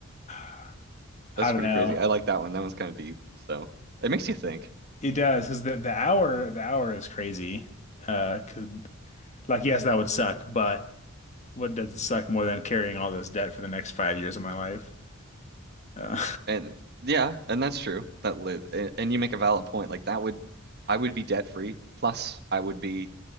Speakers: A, on the left; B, on the right.
A: <sighs> I
B: that's
A: don't
B: pretty
A: know.
B: crazy. I like that one. That one's kind of deep. So it makes you think.
A: It does because the, the hour the hour is crazy. Uh, 'cause- like yes, that would suck, but what does it suck more than carrying all this debt for the next five years of my life? Uh,
B: And yeah, and that's true. That li- a- and you make a valid point. Like that would I would be debt free. Plus, I would be